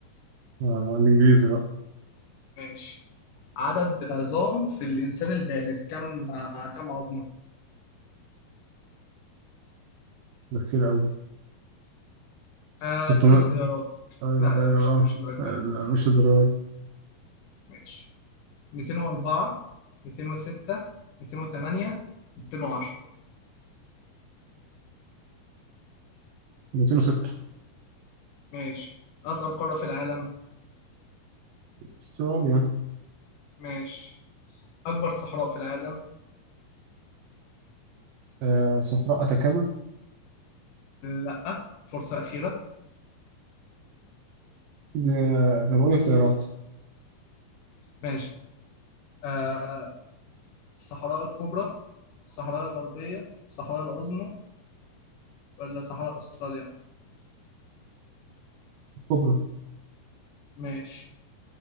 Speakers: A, on the right (about 75°); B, on the left (about 65°).
A: آه الإنجليزي بقى
B: ماشي عدد العظام في الانسان البالغ كم آه، كم عظمه
A: ده كتير أوي 600
B: آه، اديك اختيارات
A: آه
B: لا لا
A: أيوه
B: مش مش الدرجه
A: آه
B: دي
A: لا، مش الدرجة
B: ماشي 204 206 208 210
A: 206
B: ماشي أصغر قارة في العالم
A: استراليا
B: ماشي أكبر صحراء في العالم
A: آه صحراء أتاكاما
B: لأ فرصة أخيرة
A: ده ده بقول اختيارات
B: ماشي آه الصحراء الكبرى الصحراء الغربية الصحراء العظمى ولا صحراء أستراليا
A: كبرى
B: ماشي